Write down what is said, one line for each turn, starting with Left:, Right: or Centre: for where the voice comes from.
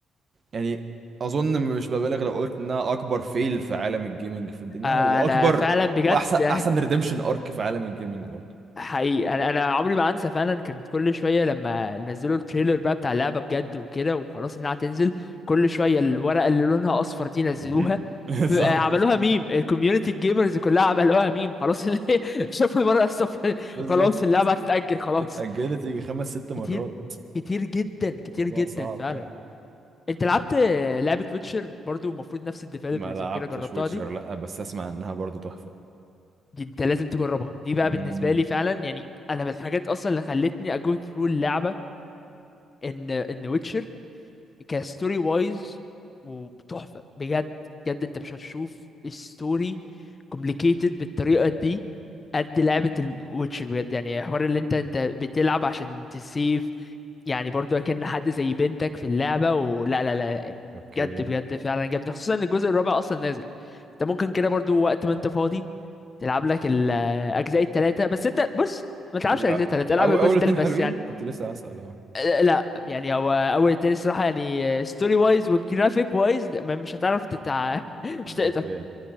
Right: يعني أظن مش ببالغ لو قلت إنها أكبر فيل في عالم الجيمنج في الدنيا
Left: انا
Right: وأكبر
Left: فعلا بجد
Right: وأحسن
Left: <laughs>
Right: أحسن ريديمشن أرك في عالم الجيمنج برضه
Left: حقيقي انا انا عمري ما انسى فعلا كانت كل شويه لما نزلوا التريلر بقى بتاع اللعبه بجد وكده وخلاص انها هتنزل كل شويه الورقه اللي لونها اصفر دي نزلوها
Right: <laughs> بالظبط
Left: بقى عملوها ميم الكوميونتي الجيمرز كلها عملوها ميم خلاص <laughs> اللي هي شافوا الورقه الصفر
Right: بالظبط
Left: خلاص اللعبه هتتاجل خلاص
Right: اتأجلت يجي خمس ست مرات
Left: كتير كتير جدا كتير
Right: الموضوع
Left: جدا
Right: صعب
Left: فعلا
Right: يعني
Left: انت لعبت لعبة ويتشر برضو المفروض نفس الديفلوبرز
Right: ما لعبتش
Left: وكده جربتها
Right: ويتشر
Left: دي
Right: لا بس اسمع انها برضو تحفة
Left: دي انت لازم تجربها دي بقى
Right: امم
Left: بالنسبة لي فعلا يعني انا من الحاجات اصلا اللي خلتني اجو ثرو اللعبة ان ان ويتشر كستوري وايز وتحفة بجد بجد انت مش هتشوف ستوري كومبليكيتد بالطريقة دي قد لعبة الويتشر بجد يعني حوار اللي انت انت بتلعب عشان تسيف يعني برضو اكن حد زي بنتك في اللعبة ولا لا لا
Right: اوكي
Left: بجد بجد فعلا جامدة خصوصا ان الجزء الرابع اصلا نازل انت ممكن كده برضو وقت ما انت فاضي تلعب لك الاجزاء التلاتة بس ابدأ بص ما تلعبش
Right: هو
Left: الاجزاء التلاتة العب
Right: او
Left: الجزء
Right: اول
Left: التالت
Right: اتنين حلوين
Left: بس يعني
Right: كنت لسه هسأل اه
Left: اه، لا يعني هو اول التاني الصراحة يعني ستوري وايز وجرافيك وايز مش هتعرف تتع <laughs> مش تقدر
Right: اوكي